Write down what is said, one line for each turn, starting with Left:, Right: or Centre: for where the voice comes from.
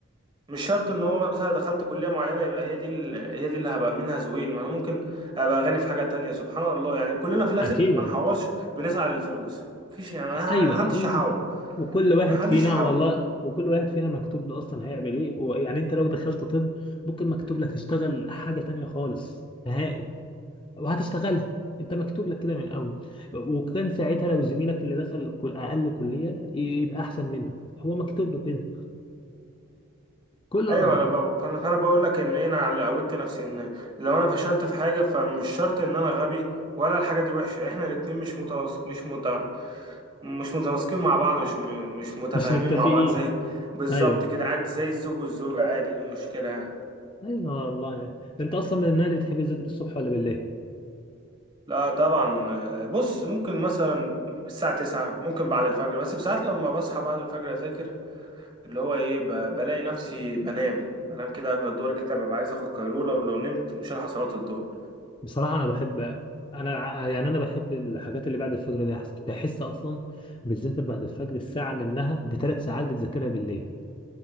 Right: مش شرط ان هو مثلا دخلت كليه معينه يبقى هي دي ال- هي دي اللي هبقى منها زويل ما انا ممكن ابقى غني في حاجه تانية سبحان الله يعني كلنا في الاخر
Left: اكيد
Right: ما نحورش بنسعى للفلوس مفيش يعني ما
Left: ايوه
Right: حدش
Left: أو-
Right: يحاول
Left: وكل واحد
Right: ما حدش
Left: فينا
Right: يحاول
Left: والله وكل واحد فينا مكتوب له اصلا هيعمل ايه ويعني انت لو دخلت طب ممكن مكتوب لك تشتغل حاجه تانية خالص نهائي وهتشتغلها انت مكتوب لك كده من الاول وكان ساعتها لو زميلك اللي دخل كل- اقل كليه يبقى احسن منك هو مكتوب له كده كله
Right: ايوه انا ب... فانا فانا بقول لك ان انا اللي عودت نفسي ان لو انا فشلت في حاجه فمش شرط ان انا غبي ولا الحاجه دي وحشه احنا الاتنين مش متناسق مش مت... مش متناسقين مع بعض مش م... مش متفاهمين
Left: مش متفقين
Right: مع بعض زي بالظبط
Left: ايوه
Right: كده عادي زي الزوج والزوجه عادي ايه المشكله يعني
Left: ايوه والله انت اصلا من النوع اللي بتحب تذاكر الصبح ولا بالليل
Right: لا طبعا آه، بص ممكن مثلا الساعة تسعة ممكن بعد الفجر بس بساعات لما بصحى بعد الفجر أذاكر اللي هو إيه ب... بلاقي نفسي بنام بنام كده قبل الظهر كده ببقى عايز آخد قيلولة ولو نمت مش هلحق صلاة الظهر
Left: بصراحه انا بحب انا ع- يعني انا بحب الحاجات اللي بعد الفجر دي احسن بحس اصلا بتذاكر بعد الفجر الساعه منها بثلاث ساعات بتذاكرها بالليل